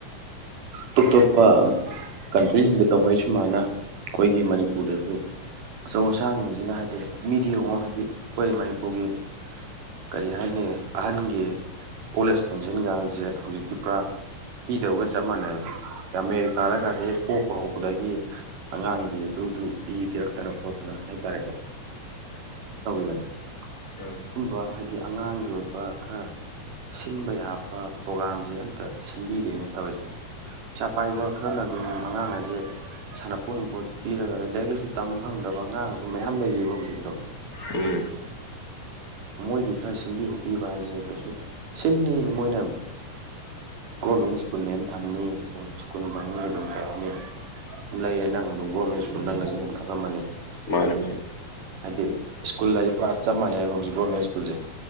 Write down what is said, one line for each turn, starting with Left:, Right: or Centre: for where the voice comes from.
Right: ꯇꯣꯞ ꯇꯣꯞꯄ ꯀꯟꯇ꯭ꯔꯤꯁꯤꯡꯗ ꯇꯧꯅꯩ ꯁꯨꯃꯥꯏꯅ ꯑꯩꯈꯣꯏꯒꯤ ꯃꯅꯤꯄꯨꯔꯗꯁꯨ ꯑꯆꯧ ꯑꯁꯥꯡꯁꯤꯡꯁꯤꯅ ꯍꯥꯏꯗꯤ ꯃꯤꯗꯤ ꯌꯦꯡꯉꯣ ꯍꯥꯏꯕꯤ ꯑꯩꯈꯣꯏ ꯃꯅꯤꯄꯨꯔꯒꯤ ꯀꯔꯤ ꯍꯥꯏꯅꯤ ꯑꯍꯟꯒꯤ ꯑꯣꯜ ꯑꯦꯖ ꯄꯦꯟꯁꯤꯟꯒꯁꯦ ꯍꯧꯖꯤꯛꯇꯤ ꯄꯨꯔꯥ ꯄꯤꯗꯕꯒ ꯆꯞ ꯃꯥꯟꯅꯩꯕ ꯑꯃꯃꯦꯔꯤꯀꯥꯂ ꯀꯗꯦ <unintelligible> ꯄꯣꯛꯄ ꯍꯧꯕꯗꯒꯤ ꯑꯉꯥꯡꯒꯤ ꯑꯗꯨꯗꯨ ꯄꯤꯗꯔꯛꯇꯅ ꯈꯣꯠꯇꯅ ꯍꯥꯏꯇꯥꯔꯦꯀꯣ ꯇꯧꯋꯤꯗꯅ
Left: ꯎꯝ
Right: ꯁꯨꯝꯕ ꯍꯥꯏꯗꯤ ꯑꯉꯥꯡꯒꯤ ꯑꯣꯏꯕ ꯈꯔ ꯁꯤꯟꯕ ꯌꯥꯕ ꯄ꯭ꯔꯣꯒꯥꯝꯁꯦ ꯑꯝꯇ ꯁꯤꯟꯕꯤꯗꯦꯅꯦ ꯇꯧꯔꯤꯁꯦ ꯄꯩꯁꯥ ꯄꯥꯏꯕ ꯈꯔꯅ ꯑꯗꯨꯝ ꯑꯉꯥꯡ ꯍꯥꯏꯁꯦ ꯁꯥꯟꯅꯄꯣꯠ ꯅꯣꯡꯄꯣꯠ ꯄꯤꯔꯒ ꯑꯗꯩꯩ ꯂꯥꯏꯔꯤꯛ ꯂꯥꯏꯁꯨ ꯇꯝꯕ ꯐꯝꯗꯕ ꯑꯉꯥꯡ ꯑꯗꯨꯝ ꯃꯌꯥꯝ ꯂꯩꯔꯤꯕ ꯍꯧꯖꯤꯛꯗꯧ
Left: ꯎꯝ
Right: ꯃꯣꯏꯒꯤ ꯈꯔ ꯁꯤꯟꯕꯤ ꯈꯣꯠꯄꯤꯕ ꯍꯥꯏꯁꯦ ꯀꯩꯁꯨ ꯁꯤꯟꯅꯤ ꯃꯣꯏꯅ ꯒꯣꯔꯃꯦꯟ ꯁ꯭ꯀꯨꯜꯅꯦ ꯊꯝꯅꯤ ꯑꯗꯨꯝ ꯁ꯭ꯀꯨꯜ ꯐꯪꯉꯤ ꯑꯗꯨꯝ ꯀꯩꯍꯥꯏꯅꯤ ꯂꯩꯌꯦꯦ ꯅꯪ ꯑꯗꯨꯝ ꯒꯣꯔꯃꯦꯟ ꯁ꯭ꯀꯨꯜ ꯅꯪꯅ ꯍꯦꯟꯅ ꯈꯪꯉꯃꯅꯤ
Left: ꯃꯥꯅꯦ ꯃꯥꯅꯦ
Right: ꯍꯥꯏꯗꯤ ꯁ꯭ꯀꯨꯜ ꯂ ꯄꯨꯔꯥ ꯆꯞ ꯃꯥꯟꯅꯩꯑꯕ ꯍꯧꯖꯤꯛ ꯒꯣꯔꯃꯦꯟ ꯁ꯭ꯀꯨꯜꯁꯦ